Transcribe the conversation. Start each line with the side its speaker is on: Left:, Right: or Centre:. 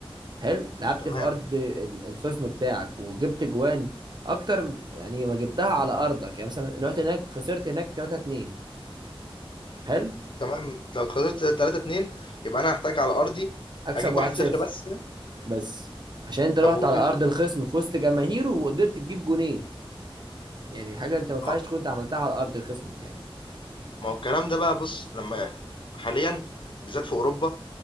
Right: حلو لعبت
Left: تمام،
Right: في ارض ال- الخصم بتاعك وجبت جوان اكتر م- يعني ما جبتها على ارضك يعني مثلا رحت هناك خسرت هناك 3 2 حلو
Left: تمام، لو اتخاذلت 3، 2 يبقى أنا هاحتاج على أرضي
Right: اكسب
Left: أجيب
Right: 1
Left: 1، 0
Right: 0
Left: بس يعني؟
Right: بس عشان انت رحت
Left: طب وفين
Right: على ارض
Left: ال
Right: الخصم في وسط جماهيره وقدرت تجيب جونين يعني حاجه انت ما ينفعش
Left: أهو
Right: تكون انت عملتها على ارض خصمك يعني
Left: ما هو الكلام ده بقى بُص، لمّا حاليًا بالذات في أوروبا